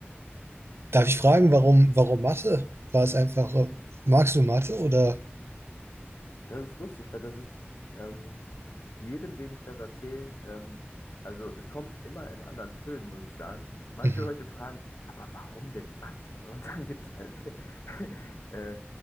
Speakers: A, on the right (about 70°); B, on the left (about 85°).
A: Darf ich fragen, warum, warum Mathe? War es einfach, äh, magst du Mathe oder?
B: Das ist lustig, weil das ist ähm, jedem, den ich das erzähle, ähm, also es kommt immer in anderen Tönen, muss ich sagen. Manche
A: Mhm.
B: Leute fragen, aber warum denn Mathe? <laughs> Und dann gibt es halt <laughs> äh,